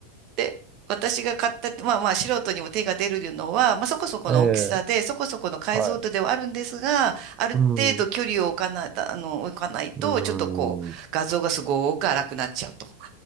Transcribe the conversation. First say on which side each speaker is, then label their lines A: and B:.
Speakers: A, on the right (about 40°); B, on the right (about 25°).
A: で、私が買ったって、まあまあ素人にも手が出るのは、まあそこそこの大きさで、
B: ええ、
A: そこそこの解像度ではあるんですが、
B: はい。
A: ある程度距離を置かない、
B: うん、う
A: あの、置かないと、
B: ーん、
A: ちょっとこう、
B: う
A: 画像がすごく荒くなっちゃうと。